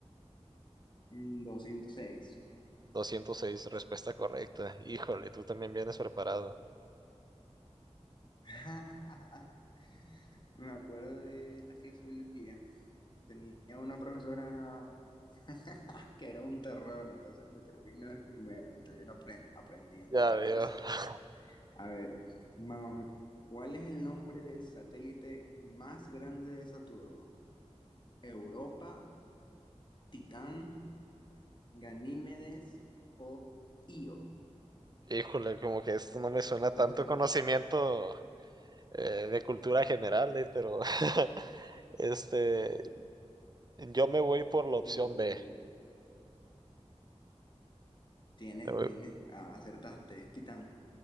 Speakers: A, on the left; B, on the right.
A: Mm, doscientos seis
B: Doscientos seis. respuesta correcta. Híjole, tú también vienes preparado.
A: <laughs> Me acuerdo de las clases de biología. Tenía una profesora <laughs> que era un terror, entonces me termino, me, me termino apren- aprendiendo
B: Ya
A: las
B: veo.
A: cosas.
B: <laughs>
A: A ver, mam, ¿cuál es el nombre del satélite más grande de Saturno? ¿Europa, Titán, Ganímedes o Io?
B: Híjole, como que esto no me
A: A ver,
B: suena
A: ¿por
B: tanto
A: cuál te vas?
B: conocimiento eh, de cultura general, eh, pero <laughs> Este, yo me voy por
A: Adivínale,
B: la opción B.
A: adivínale. Tienes,
B: Me voy-
A: tienes, ah, acertaste, es Titán.